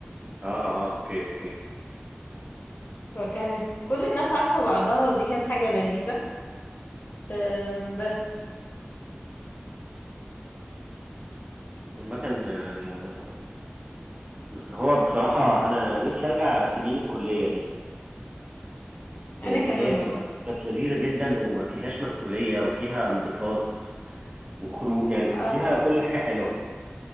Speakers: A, on the right; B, on the left.
A: اه اوكي اوكي
B: فكانت كل الناس عارفة بعضها ودي كانت حاجة لذيذة آه بس
A: عامة آه، بس هو بصراحة انا نفسي ارجع سنين الكلية دي لان
B: انا كمان
A: هي كانت
B: والله
A: كانت لذيذة جدا وما فيهاش مسؤولية وفيها انبساط وخروج يعني كان
B: آه
A: فيها كل حاجة حلوة